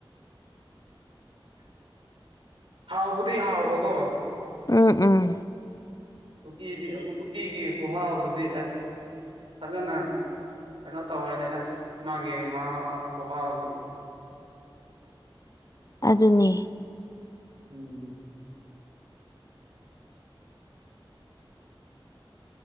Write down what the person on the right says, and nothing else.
ꯍꯥꯎꯕꯨꯗꯤ ꯍꯥꯎꯕ ꯀꯣ
ꯎꯇꯤꯗꯤ ꯎꯇꯤꯒꯤ ꯈꯨꯍꯥꯎꯗꯨꯗꯤ ꯑꯁ ꯐꯖꯅ ꯀꯩꯅꯣ ꯇꯧꯔꯒꯦ ꯑꯥꯁ ꯃꯥꯒꯤ ꯃꯍꯥꯎ ꯈꯨꯍꯥꯎꯗꯣ
ꯎꯪ ꯎꯪ